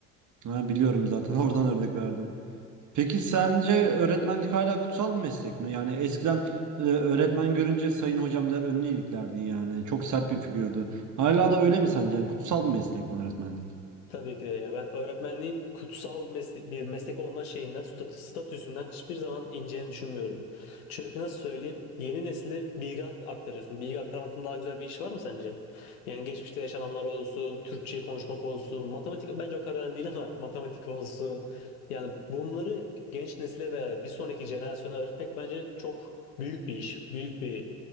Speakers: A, on the right (about 45°); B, on the left (about 80°).
A: ha, biliyorum zaten <laughs> oradan örnek verdim. Peki sence öğretmenlik hala kutsal bir meslek mi? Yani eskiden e, öğretmen görünce sayın hocam der önünü iliklerdin yani. Çok sert bir figürdü. Hala da öyle mi sence? Yani kutsal bir meslek mi öğretmenlik?
B: Tabii ki de ya. Ben öğretmenliğin kutsal mesle- bir meslek olma şeyinden, stat- statüsünden hiçbir zaman ineceğini düşünmüyorum. Çünkü nasıl söyleyeyim, yeni nesile bilgi ak- aktarıyorsun. Bilgi aktarmaktan daha güzel bir iş var mı sence? Yani geçmişte yaşananlar olsun, Türkçe konuşmak olsun, matematik bence o kadar önemli değil ama <laughs> matematik olsun. Yani bunları genç nesile veya bir sonraki jenerasyona öğretmek bence çok büyük bir iş, büyük bir